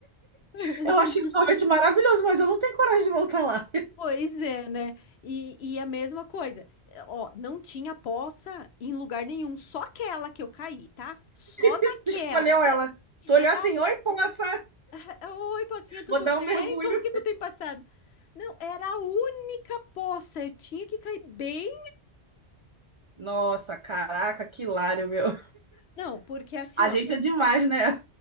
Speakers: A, on the left; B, on the right.
A: <laughs>
B: <laughs> Eu achei o sorvete maravilhoso, mas eu não tenho coragem de voltar lá.
A: Pois é, né? E, e a mesma coisa, eh, ó, não tinha poça em lugar nenhum, só aquela que eu caí, tá? Só
B: <laughs>
A: naquela.
B: Escolheu ela. Tu
A: Era
B: olhou assim,
A: o.
B: oi, poça,
A: <laughs> Oi, pocinha, tudo
B: vou dar
A: bem?
B: um mergulho.
A: Como que tu tem passado? Não, era a única poça, eu tinha que cair bem.
B: Nossa, caraca, que hilário, meu.
A: Não, porque assim,
B: A
A: ó,
B: gente é demais, né?